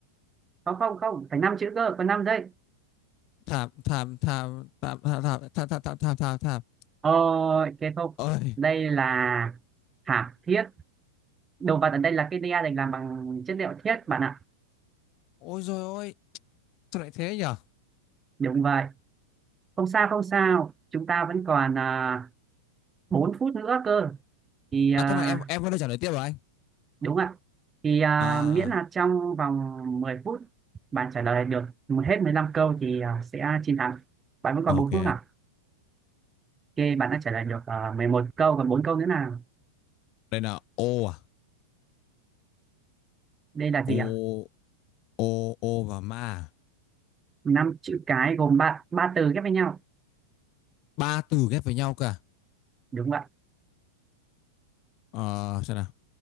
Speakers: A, on the right; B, on the left.
A: không không không phải 5 chữ cơ còn 5 giây
B: thảm thảm thảm thảm thảm thảm thảm thảm thảm thảm thảm thảm
A: Ờ, cái không
B: ôi
A: đây là thảm thiết đồ vật ở đây là cái đe được làm bằng chất liệu thiết bạn ạ
B: ôi rồi ôi sao lại thế nhở
A: đúng vậy không sao không sao chúng ta vẫn còn à, 4 phút nữa cơ thì à,
B: à tức là em em có đưa trả lời tiếp rồi anh
A: đúng ạ thì à,
B: à
A: miễn
B: à,
A: là trong vòng 10 phút bạn trả lời được một hết 15 câu thì à, sẽ chiến thắng bạn vẫn còn
B: ok
A: 4 phút à ok bạn đã trả lời được à, 11 câu còn 4 câu nữa nào
B: đây là ô à
A: đây là gì
B: ô
A: ạ
B: ô ô và ma à?
A: năm chữ cái gồm ba ba từ ghép với nhau
B: ba từ ghép với nhau cơ à?
A: đúng vậy
B: ờ xem nào